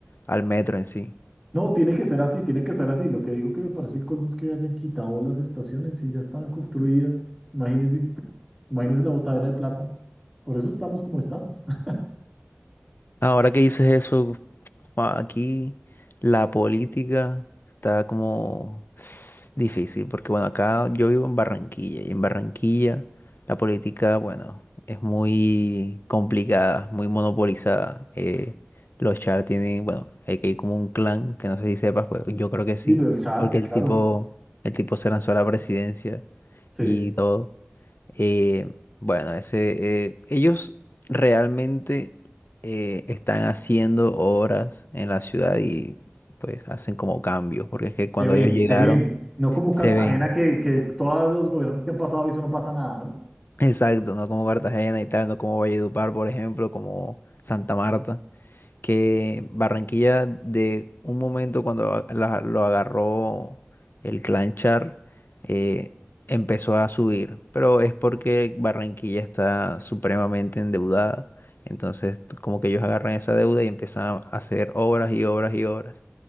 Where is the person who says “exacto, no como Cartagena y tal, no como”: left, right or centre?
Left